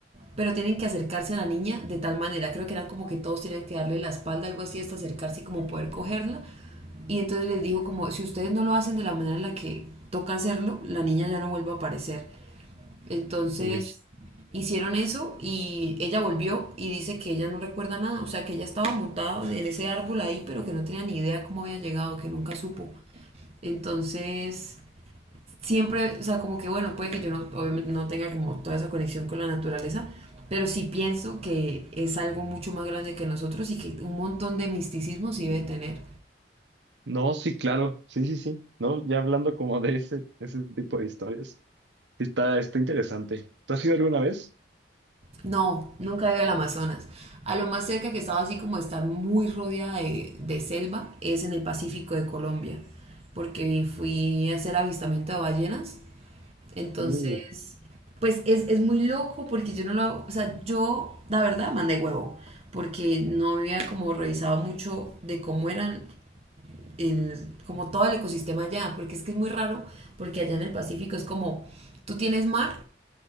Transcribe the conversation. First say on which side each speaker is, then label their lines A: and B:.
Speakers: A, on the right; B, on the right.
A: pero tienen que acercarse a la niña de tal manera, creo que eran como que todos tenían que darle la espalda, algo así, hasta acercarse y como poder cogerla, y entonces les dijo como, si ustedes no lo hacen de la manera en la que toca hacerlo, la niña ya no vuelve a aparecer. Entonces
B: uy.
A: hicieron eso y ella volvió y dice que ella no recuerda nada, o sea, que ella estaba montada en ese árbol ahí, pero que no tenía ni idea cómo había llegado, que nunca supo. Entonces, siempre, o sea, como que bueno, puede que yo no, obviamente no tenga como toda esa conexión con la naturaleza, pero sí pienso que es algo mucho más grande que nosotros y que un montón de misticismo sí debe tener.
B: No, sí, claro. Sí, sí, sí. No, ya hablando como de ese, ese tipo de historias. Está, está interesante. ¿Tú has ido alguna vez?
A: No, nunca he ido al Amazonas. A lo más cerca que he estado así como de estar muy rodeada de, de selva es en el Pacífico de Colombia, porque fui a hacer avistamiento de ballenas. Entonces,
B: Uh,
A: pues es, es muy loco porque yo no lo hago, o sea, yo la verdad mandé huevo, porque no había como revisado mucho de cómo eran el, como todo el ecosistema allá, porque es que es muy raro, porque allá en el Pacífico es como, tú tienes mar,